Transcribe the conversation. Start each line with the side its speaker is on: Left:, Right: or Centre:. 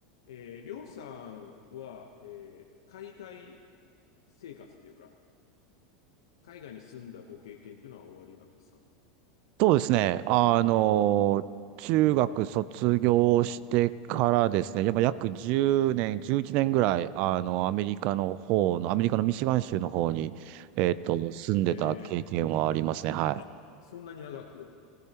Left: えー、りょうさんは、えー海外生活というか、海外に住んだご経験というのは終わりなんですか
Right: そうですね。あの、中学卒業してからですね、やっぱ約10年、11年ぐらい、あの、アメリカの方の、アメリカのミシガン州の方に、えっと、住んでた経験はありますね。
Left: あ、ええ
Right: はい。
Left: あ、そんなに長く。